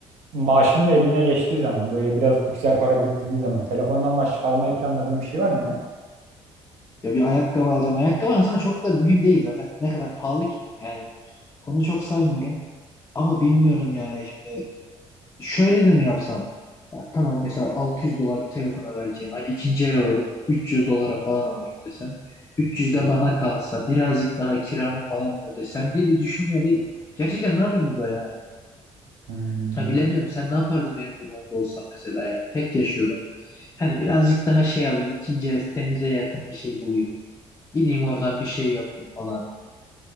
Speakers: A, on the right; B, on the left.
A: maaşının eline geçtiği zaman, böyle biraz güzel para biriktirdiği zaman telefondan başka almayı planladığın bir şey var mı ya?
B: Ya bir ayakkabı alacağım. Ayakkabı aslında çok da mühim değil zaten. Ne kadar pahalı ki. Yani onu çok saymıyorum. Ama bilmiyorum yani şimdi. Şöyle de mi yapsam? Ya tamam mesela 600 dolar bir telefona vereceğim. Hani ikinci el alırım. 300 dolara falan alırım desen. 300 de bana kalsa birazcık daha kiramı falan mı ödesem diye de düşünmüyor değil. Gerçekten ne yapayım burada ya?
A: Hmm,
B: Ha, bilemiyorum sen ne yapardın benim durumumda olsan mesela yani. Tek yaşıyorum. Hani birazcık daha şey alayım. ikinci el temize yakın bir şey bulayım. Gideyim oradan bir şey yapayım falan.